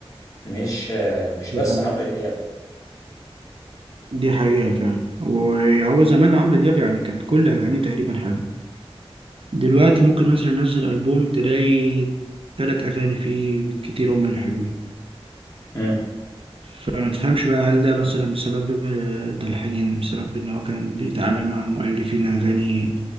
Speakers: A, on the left; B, on the right.
A: مش مش
B: دي
A: بس
B: حقيقة
A: عمرو دياب
B: دي حقيقة فعلا وهو زمان عمرو دياب يعني كانت كل أغانيه تقريبا حلوة دلوقتي ممكن مثلا ينزل ألبوم تلاقي تلات أغاني فيه بالكتير هما اللي حلوين
A: امم
B: فما تفهمش بقى هل ده مثلا بسبب آه، تلحين بسبب إن هو كان بيتعامل مع مؤلفين أغاني